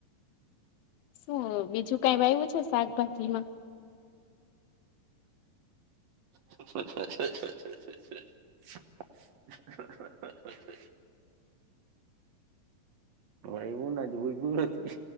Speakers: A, on the left (about 85°); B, on the right (about 60°).
A: શું બીજું કાંઈ વાવું છે, શાકભાજીમા
B: <unintelligible>
A: <unintelligible> <inaudible>
B: ભાઈ એવું નાજ બુજવુ નથી.